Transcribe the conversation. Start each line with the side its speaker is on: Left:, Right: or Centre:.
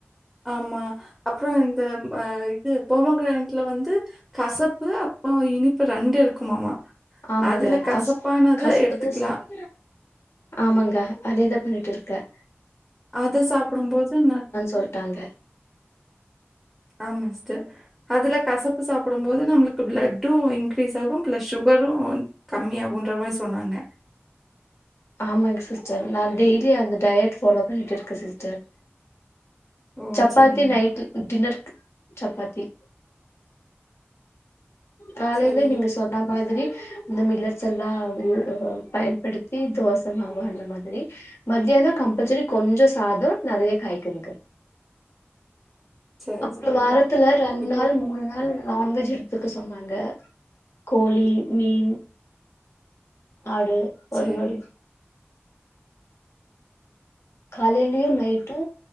Centre: ஆமா அப்ற இந்த அ இது போமகிரானட்ல வந்து கசப்பு அப்ற இனிப்பு ரெண்டு இருக்குமாமா
Left: ஆமாங்க
Centre: அதுல கசப்பானதை
Left: கசு கசுப்புது
Centre: எடுத்துக்கலாம்
Left: சாப் ஆமாங்க அதேதா பண்ணிட்டு இருக் க
Centre: அத சாப்டும்போது ந
Left: சொல்ட்டாங்க
Centre: ஆமா சிஸ்டர் அதுல கசப்பு சாப்டும்போது நம்ளுக் ப்ளட்டு இன்க்ரீஸ் ஆகு ப்ளஸ் ஷுகரு கம்மியாகுன்ற மாரி சொன்னாங்க
Left: ஆமாங் சிஸ்டர் நா டெய்லி அந்த டயட் ஃபாலோ பண்ணிட்ருக்கே சிஸ்டர்
Centre: ஓ
Left: சப்பாத்தி
Centre: சரிங்க
Left: நைட் டின்னர் சப்பாத்தி காலேல
Centre: சரி
Left: நீங்க சொன்ன மாதிரி இந்த மில்லடஸ் எல்லாம் ஆ பயன்படுத்தி தோச மாவு அந்த மாதிரி மத்தியானோ கம்பல்சரி கொஞ்சோ சாதொ நறைய காய்கறிகள்
Centre: சரி
Left: அப்றோ
Centre: சரிங்க
Left: வாரத்துல ரெண்
Centre: இப்போ
Left: நாள் மூண் நாள் நான்வெஜ் இருக் க்கு சொன்னாங்க கோழி மீன் ஆடு வருவல்
Centre: சரி
Left: காலைலியு நைட்டு